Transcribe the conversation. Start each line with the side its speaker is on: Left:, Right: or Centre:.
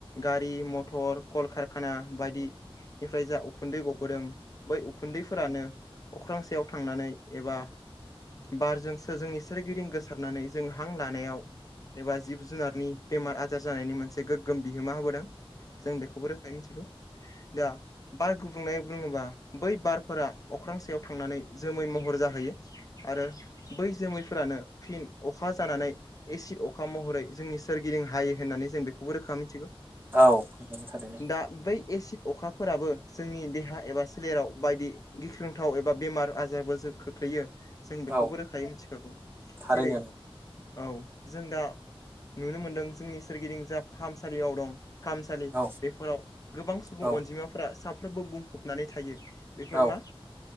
Left: गारि मथर कलकारखाना बायदिनिफ्राय जा उखुन्दै गबोदों बै उखुन्दैफोरानो अख्रांसेयाव थांनानै एबा बारजों जोंनि सोरगिदिं गोसारनानै जों हां लानायाव एबा जिब जुनारनि बेमार आजार जानायनि मोनसे गोग्गोम बिहोमा होबोदों जों बेखौबो रोखायै मिथिलौ दा बार गुबुंनाय बुङोबा बै बारफोरा अख्रांसेयाव थांनानै जोमै महर जाहैयो आरो बै जोमैफोरानो फिन अखा जानानै एसिड अखा महरै जोंनि सोरगिदिं हायो होननानै जों बेखौबो रोखा मिथिगौ
Right: औ नंगौ थारैनो
Left: दा बै एसे अखाफोराबो जोंनि देहा एबा सोलेराव बायदि गिख्रोंथाव एबा बेमार आजारबो जों खोख्लैयो जों बेखौबो
Right: औ
Left: रोखायै मिथिखागौ
Right: थारैनो
Left: जेरै औ जों दा नुनो मोनदों जोंनि सोरगिदिं जाहा फाहामसालियाव दं। फाहामसालि
Right: औ
Left: बेफोराव गोबां सुबुं
Right: औ
Left: अनजिमाफोरा साफ्रोमबो बुंफबनानै थायो। बेफोर
Right: औ
Left: मा